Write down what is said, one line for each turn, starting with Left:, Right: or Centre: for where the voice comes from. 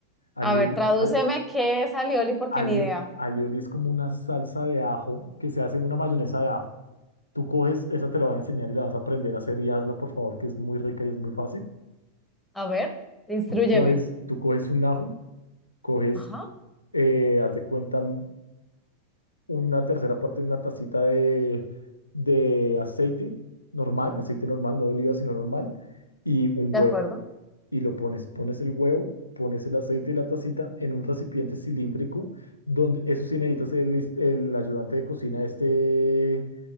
Left: Alioli,
Centre: A ver, tradúceme
Left: al-
Centre: qué es alioli porque
Left: alio-
Centre: ni idea.
Left: alioli es como una salsa de ajo que se hace en una mayonesa de ajo. Tú coges, esa te la va a enseñar y la vas a aprender a hacer y hazla, por favor, que es muy rica y es muy fácil.
Centre: A ver, instrúyeme.
Left: Tú coges, tú coges un ajo, coges,
Centre: Ajá,
Left: eh, haz de cuenta, mm, una tercera parte de una tacita de, de aceite normal, aceite normal, no de oliva, sino normal, y un
Centre: de
Left: huevo.
Centre: acuerdo.
Left: Y lo pones, pones el huevo, pones el aceite y la tacita en un recipiente cilíndrico, donde eso sí necesitas el, est- el ayudante de cocina este,